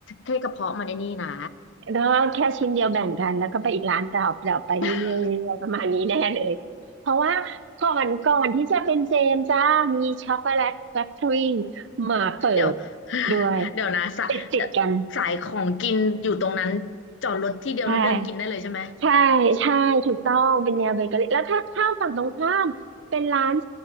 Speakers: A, on the left; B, on the right.
A: ให้กระเพาะมันไอ้นี่นะ
B: แล้วก็แค่ชิ้นเดียวแบ่งกันแล้วก็ไปอีกร้านต่อเปล่าไปเรื่อยๆประมาณนี้แน่เลยเพราะว่าก่อนก่อนที่จะเป็นเจมส์จ้ามีช็อกโกแลตแฟคทอรี่
A: <laughs>
B: มาเปิด
A: เดี๋ยว <laughs>
B: ด้วย
A: เดี๋ยวนะสะ
B: ติดติดกัน
A: สายของกินอยู่ตรงนั้นจอดรถที่เดียวแล้วเดินกินได้เลยใช่ไหม
B: ใช่ ใช่ใช่ถูกต้องเป็นแนวเบเกอรี่แล้วถ้าข้ามฝั่งตรงข้ามเป็นร้าน